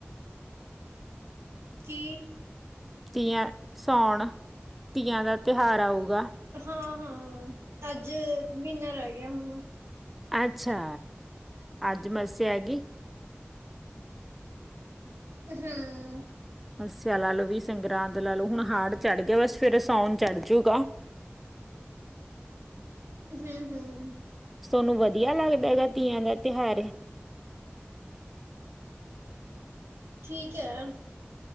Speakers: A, on the right; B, in the centre.
A: ਕੀ?
B: ਤੀਆਂ, ਸਾਉਣ, ਤੀਆਂ ਦਾ ਤਿਉਹਾਰ ਆਊਗਾ।
A: ਹਾਂ ਹਾਂ, ਅੱਜ ਮਹੀਨਾ ਰਹਿ ਗਿਆ ਹੁਣ
B: ਅੱਛਾ, ਅੱਜ ਮੱਸ ਆਗੀਈ।
A: ਹਾਂ।
B: ਮੱਸਿਆ ਲਾ ਲਓ, ਵੀ ਸੰਗਰਾਂਦ ਲਾ ਲਓ, ਹੁਣ ਹਾੜ ਚੜ੍ਹ ਗਿਆ, ਬਸ ਫੇਿਰ ਸਾਉਣ ਚੜ ਜੂਗਾ।
A: ਹਾਂ, ਹਾਂ।
B: ਤੁਾਨੂੰ ਵਧੀਆ ਲੱਗਦਾ ਹੈਗਾ, ਤੀਆਂ ਦਾ ਤਿਉਹਾਰ?
A: ਠੀਕ ਹੈ।